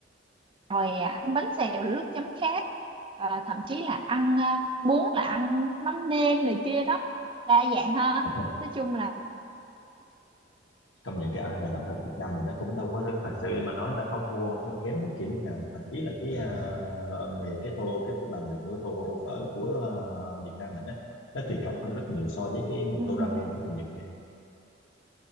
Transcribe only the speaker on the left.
rồi.
công nhận cái nền âm nhạc Việt Nam mình nó cũng đâu có thật sự mà nói là không thua kém bất kỳ nước nào mà thậm chí là cái uh, về cái tô cái làm được mỗi tô ô phở của ờ, Việt Nam mình á nó kỳ công hơn rất nhiều so với cái một
tô ramen của người Nhật nha